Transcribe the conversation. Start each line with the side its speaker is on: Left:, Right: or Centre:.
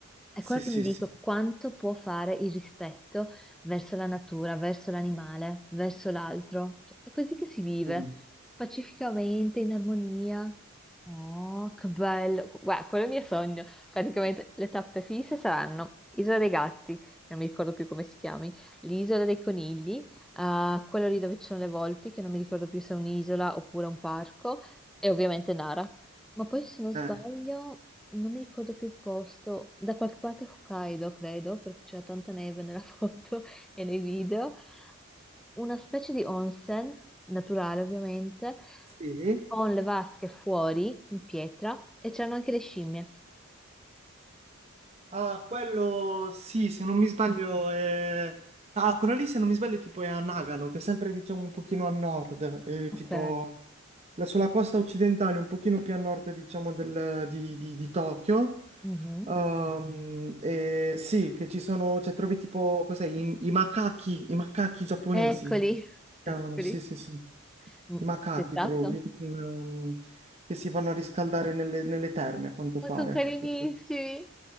Centre: È
Right: Sì,
Centre: quello che
Right: sì,
Centre: mi dico,
Right: sì.
Centre: quanto può fare il rispetto verso la natura, verso l'animale, verso l'altro? Cioè, è così che si vive,
Right: Mm.
Centre: pacificamente, in armonia. Oh, che bello! Guarda, quello è il mio sogno. Praticamente le tappe fisse saranno Isola dei Gatti, che non mi ricordo più come si chiami, l'Isola dei Conigli, eh, quello lì dove ci sono le volpi, che non mi ricordo più se è un'isola oppure un parco, e ovviamente Nara. Ma poi se non sbaglio
Right: Ah,
Centre: non mi ricordo più il posto, da qualche parte Hokkaido, credo, perché c'era tanta neve nella <laughs> foto e nei video, una specie di onsen, naturale ovviamente,
Right: sì?
Centre: con le vasche fuori in pietra e c'erano anche le scimmie.
Right: Ah, quello sì, se non mi sbaglio è... Ah, quello lì se non mi sbaglio tipo è a Nagano, che è sempre diciamo un pochino a nord, è
Centre: Ok.
Right: tipo la- sulla costa occidentale, un pochino più a nord diciamo del- di, di- di Tokyo.
Centre: Mhm.
Right: Ehm, e sì, che ci sono, cioè trovi tipo, cos'è, i, i macachi, i macachi giapponesi,
Centre: Ok. Eccoli,
Right: si
Centre: eccoli.
Right: chiamano, sì sì sì, i
Centre: Mm,
Right: macachi
Centre: Sei stato?
Right: trovi, ehm, che si vanno a riscaldare nelle, nelle terme a quanto
Centre: Ma
Right: pare.
Centre: sono carinissimi,
Right: Sì,